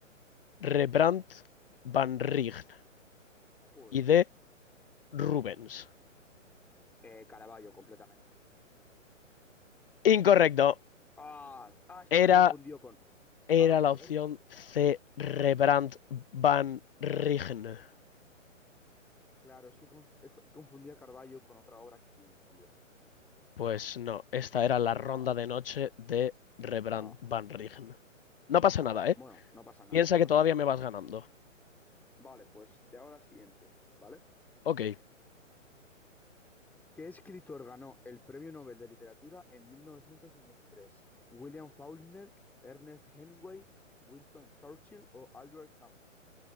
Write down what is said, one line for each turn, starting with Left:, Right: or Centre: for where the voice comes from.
Left: Rembrandt Van Rijn.
Centre: Joder.
Left: Y D, Rubens.
Centre: Eh, Caravaggio, completamente.
Left: Incorrecto.
Centre: Ah, ah, es
Left: Era,
Centre: que la he confundido con...
Left: era
Centre: Ah,
Left: la
Centre: a
Left: opción
Centre: ver,
Left: C, Rembrandt Van Rijn.
Centre: claro, es que con- he co- confundí a Caravaggio con otra obra que tiene, tío.
Left: Pues no, esta era la Ronda
Centre: Ah,
Left: de Noche de Rembrandt
Centre: ah.
Left: Van Rijn. No pasa
Centre: Ah,
Left: nada, ¿eh?
Centre: bueno, no pasa nada,
Left: Piensa
Centre: no
Left: que
Centre: pasa
Left: todavía
Centre: nada.
Left: me vas ganando.
Centre: Vale, pues te hago la siguiente, ¿vale?
Left: Ok,
Centre: ¿Qué escritor ganó el Premio Nobel de Literatura en 1953? ¿William Faulkner, Ernest Hemingway, Winston Churchill o Albert Camus?